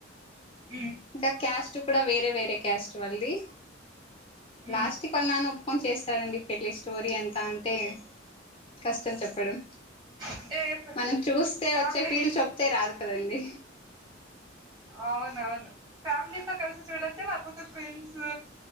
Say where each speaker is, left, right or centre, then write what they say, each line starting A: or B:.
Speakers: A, on the right; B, on the left.
A: ఉ
B: ఇంకా క్యాస్టు కూడా వేరే వేరే క్యాస్ట్ వాళ్ళది
A: హ్మ్.
B: లాస్ట్ వాళ్ళ నాన్న ఒప్పుకొని చేస్తాడండి పెళ్ళి స్టోరీ ఎంత అంటే కష్టం చెప్పడం.
A: అంటే ఫ్
B: మనం చూస్తే
A: ఫ్యామిలీ
B: వచ్చే ఫీల్ చెప్తే రాదు కదండి
A: అవునవును ఫ్యామిలితో కలిసి చూడచ్చా ల్యాకపోతే ప్రెండ్సు